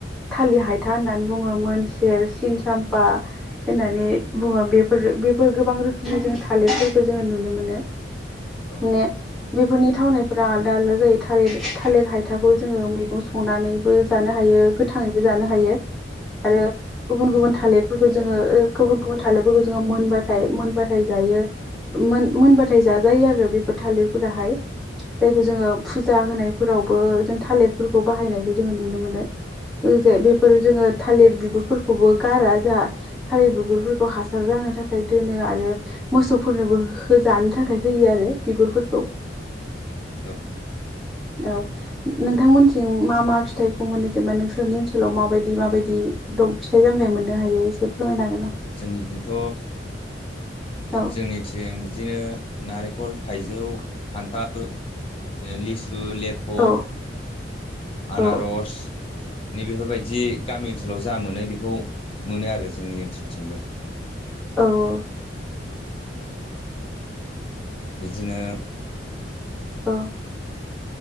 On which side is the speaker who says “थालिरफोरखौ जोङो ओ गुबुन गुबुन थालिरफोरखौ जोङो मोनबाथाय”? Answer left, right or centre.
Centre